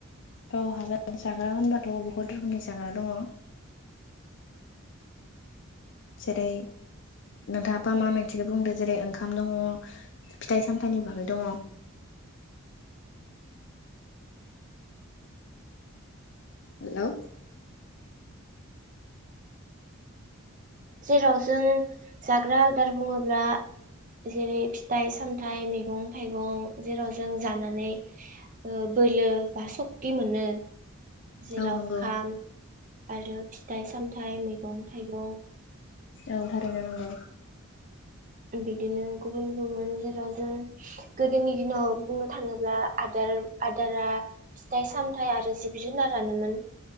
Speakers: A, on the left; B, on the right.
A: औ हागोन जाग्रा होनबाथ' बहुत रोखोमनि जाग्रा दङ। जेरै नोंथाङाबा मा मोनसेखौ बुंदों जेरै ओंखाम दङ फिथाइ सामथाइनि बागै दङ। हेलौ
B: जेराव जों जाग्रा आदार बुङोब्ला जेरै फिथाइ सामथाइ मैगं थाइगं जेराव जों जानानै ओ बोलो बा सक्ति मोनो जिराव
A: औ नंगौ
B: खाम आरो फिथाइ सामथाइ मैगं थाइगं
A: औ थारैनो नंगौ।
B: बिदिनो गुबुन गुबुन जेराव जों गोदोनि दिनाव बुंनो थाङोब्ला आदार आदारा फिथाइ सामथाइ आरो जिब जुनारानोमोन।